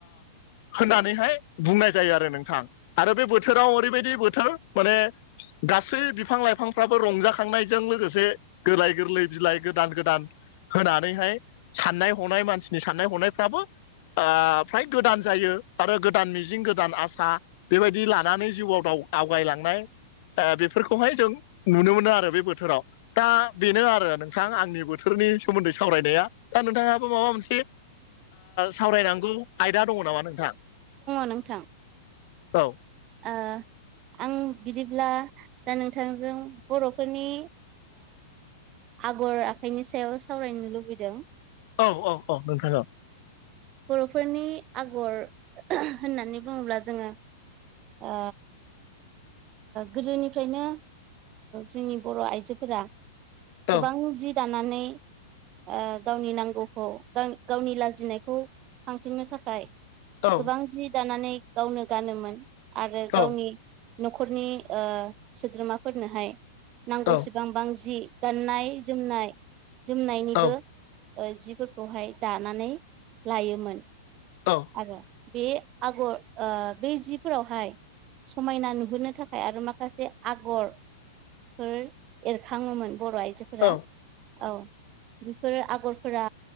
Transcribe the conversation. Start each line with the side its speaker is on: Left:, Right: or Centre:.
Left: होननानैहाय बुंनाय जायो आरो नोंथां आरो बे बोथोराव ओरैबायदि बोथोर माने गासै बिफां लाइफांफ्राबो रंजाखांनायजों लोगोसे गोरलाय गोरलै बिलाइ गोदान गोदान होनानैहाय साननाय हनाय मानसिनि साननाय हनायफ्राबो फ्राय गोदान जायो आरो गोदान मिजिं गोदान आसा बेबायदि लानानै जिउआव आवगायलांनाय द बेफोरखौहाय जों नुनो मोनो आरो बे बोथोराव दा बेनो आरो नोंथां आंनि बोथोरनि सोमोन्दै सावरायनाया दा नोंथाङाबो माबा मोनसे सावरायनांगौ आयदा दङ नामा नोंथां
Right: नोंथां
Left: औ
Right: ओ आं बिदिब्ला दा नोंथांजों बर'फोरनि आगर आखाइनि सायाव सावरायनो लुबैदों
Left: औ औ औ नोंथाङो
Right: बरफोरनि आगर होननानै बुङोब्ला जोङो अ गोदोनिफ्रायनो जोंनि बर' आइजोफोरा
Left: औ
Right: गोबां जि जानानै ओ गावनि नांगौखौ गावनि लाजिनायखौ थांफिननो थाखाय
Left: औ
Right: गोबां जि दानानै गावनो गानोमोन आरो
Left: औ
Right: गावनि न'खरनि ओ सोद्रोमाफोरनोहाय नांगौ
Left: औ
Right: सेबांबां जि गाननाय जोमनाय जोमनायनिबो
Left: औ
Right: जिफोरखौहाय दानानै लायोमोन।
Left: औ
Right: आरो बे आगर ओ बे जिफोरावहाय समायना नुहोनो थाखाय आरो माखासे आगर फोर एरखाङोमोन बर' आइजोफोरा
Left: औ
Right: औ बेफोर आगरफोरा